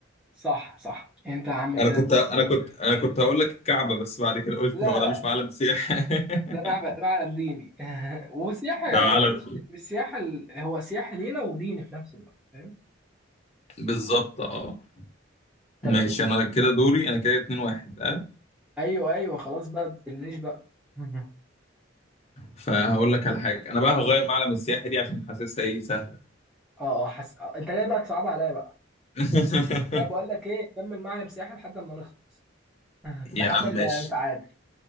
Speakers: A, in the centre; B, on the left (about 35°).
A: صح صح انت يا عم كده
B: انا كنت انا كنت انا كنت هقول لك الكعبة بس بعد كده قلت
A: لا
B: هو ده
A: لا
B: مش معلم سياحة <laughs>
A: ده معبد معلم ديني <laughs> وسياحة
B: ده
A: يعني
B: معلم
A: السياحة ال... هو سياحة لينا وديني في نفس الوقت فاهم
B: بالظبط اه
A: تمام
B: ماشي انا كده دوري انا كده 2 1 اه
A: ايوه ايوه خلاص بقى ما تزنيش بقى مهم.
B: فهقول لك على حاجة انا بقى هغير معلم السياحة دي عشان حاسسها ايه سهلة
A: اه اه حس... آه. انت جاي بقى تصعب عليا بقى
B: <laughs>
A: لا بقول لك ايه كمل معلم سياحي لحد ما نخلص <laughs>
B: يا
A: لحد
B: عم
A: ما
B: ماشي
A: نتعادل